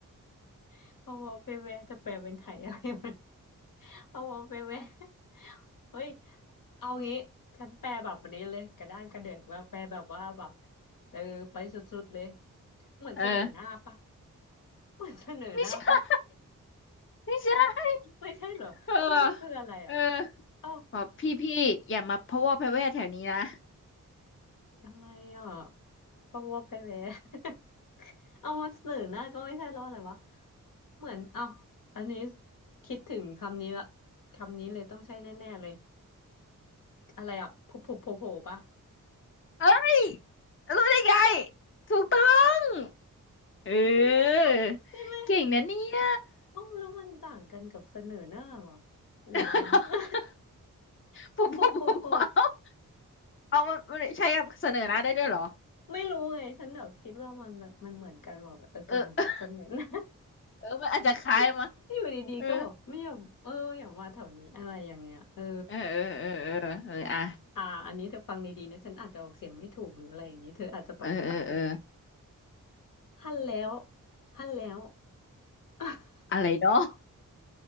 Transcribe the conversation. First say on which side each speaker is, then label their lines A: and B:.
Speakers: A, on the left (about 70°); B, on the left (about 35°).
A: <laughs> เอาวอกไปไหมจะแปลเป็นไทยอะไรมัน <laughs> เอาไปเว้ย <laughs> เฮ้ยเอางี้ฉันแปลแบบนี้เลยกระด้านกระเดือกว่าแปลแบบว่าแบบเออไปสุดๆเลยเหมือนเสนอหน้าปะ
B: เออ
A: เหมือนเสนอหน้าปะ
B: ไม่ใช่
A: <laughs>
B: ไม่ใช่
A: ไม่ใช่เหรอ
B: เออ
A: แล้วมันคืออะไรอ่ะ
B: เออ
A: เอ้า
B: บอกพี่พี่อย่ามาพะวกพะแวแถวนี้นะ
A: อะไรอ่ะปะวะไปแวย <laughs> เอามาเสนอหน้าก็ไม่ใช่แล้ออะไรวะเหมือนเอ้าอันนี้คิดถึงคำนี้ละคำนี้เลยต้องใช่แน่ๆเลยอะไรอ่ะผุผุโผล่ๆปะ
B: เอ้ยรู้ได้ไงถูกต้องเออ
A: ะ <laughs> ใช่ไหม
B: เก่งนะเนี่ย
A: เอ้าแล้วมันต่างกันกับเสนอหน้าเหรอหรือยัง
B: <laughs>
A: <laughs> โปโปโปโป
B: พวกพวกพวกพวกเอามันมันใช้กับเสนอหน้าได้ด้วยเหรอ
A: <laughs> ไม่รู้ไงฉันแบบคิดว่ามันแบบมันเหมือนกันแบอกเออกับเหมือนกับเสนอหน้า
B: เออเออมันอาจจะคล้ายมั้ง
A: <laughs> อยู่ดีๆก็แบบไม่ยอมเอออย่ามาแถวนี้อะไรอย่างเงี้ยเออ
B: เออเออเออเออเออเอออะ
A: อ่าอันนี้เธอฟังดีๆนะฉันอาจจะออกเสียงไม่ถูกหรืออะไรอย่างนี้เธออาจจะแบบ
B: เออเออเออ
A: <laughs> ฮั่นแล้วฮั่นแล้ว <laughs>
B: อะไรเนาะ